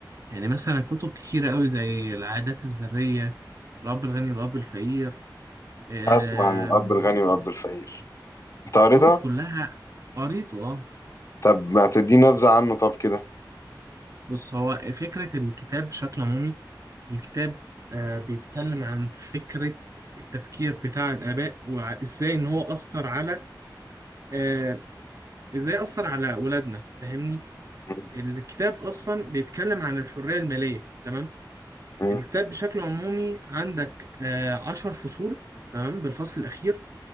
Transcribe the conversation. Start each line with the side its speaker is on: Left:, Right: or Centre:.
Right: يعني مثلا كتب كتيرة قوي زي العادات الذرية الاب الغني والاب الفقير آم،
Left: اسمع عن الاب الغني والاب الفقير انت قريتها
Right: كتب كلها قريته اه
Left: طب ما تديني نبذة عنه طب كده
Right: بص هو فكرة الكتاب بشكل عمومي الكتاب آه، بيتكلم عن فكرة التفكير بتاع الآباء وإزاي إن هو أثر على آه، إزاي أثر على أولادنا فاهمني
Left: مم.
Right: الكتاب أصلا بيتكلم عن الحرية المالية تمام
Left: مم.
Right: الكتاب بشكل عمومي عندك آه، عشر فصول تمام بالفصل الأخير